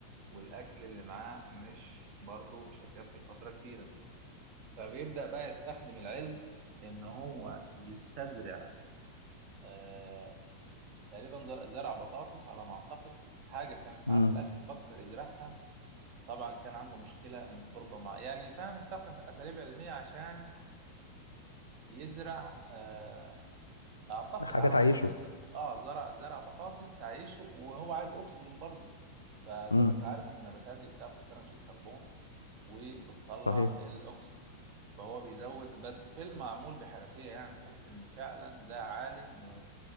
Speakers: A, on the right; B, on the left.
A: والأكل اللي معاه مش برضه مش هيكفي فترة كبيرة فبيبدأ بقى يستخدم العلم إن هو يستزرع آه تقريبا ز- زرع بطاطس على ما أعتقد حاجة كانت معاه
B: امم
A: في الأكل فكر يزرعها طبعا كان عنده مشكلة إن التربة مع يعني فاهم استخدم أساليب علمية عشان يزرع آه أعتقد
B: حاجة
A: على
B: تعيشه
A: ما أتذكر ز- آه زرع زرع بطاطس تعيشه وهو عايز أكسجين برضه فزي
B: امم
A: ما أنت عارف إن النباتات دي بتاخد ثاني أكسيد كربون وبتطلع
B: صحيح
A: الاكسجين فهو بيزود بس فيلم معمول بحرفيه يعني تحس ان فعلا ده عالم و...